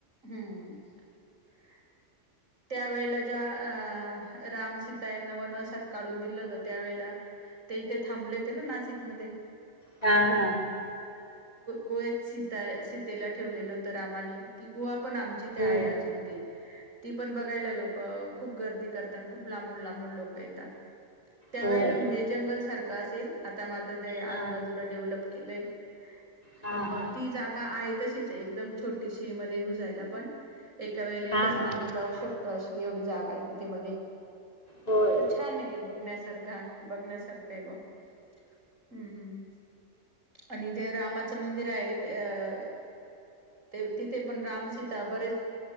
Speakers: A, on the right; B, on the left.
A: हम्म. <inaudible> त्यावेेळेला ज्या अ रामसीता यांना वनवासात काढून दिलं होत त्यावेेळेला ते इथे थांबले हो ते ना नाशिकमध्येध्ये
B: हा हा.
A: गवीला ठेवलेलं होत रामा ग. पण आमची ते
B: हम्म
A: आहे अजून ती ती पण बघायला लोक खूप गर्दी करत आणि खूप लांबून लांबून लोक येतात. त्यावेेळेला
B: होय.
A: म्हणजे जंगल सारखं असेल आता मात ते आजूबाजूला
B: हा
A: डेव्हलप केलंय.
B: हा
A: पण
B: हा
A: म ती जागा आहे तशीच एकदम छोटीशी मध्ये घुसायला पण एका वेळे
B: हा
A: एकच
B: हा
A: माणूस जाऊ शकतो. एवढी जागा आहे तिथे मध्ये
B: होय.
A: तर छान आहे बघण्यासारखा बघण्यासारखा हम्म हम्म. आणि जे रामाचं मंदिर आहे अ ते तिथे पण रामसीता बरेच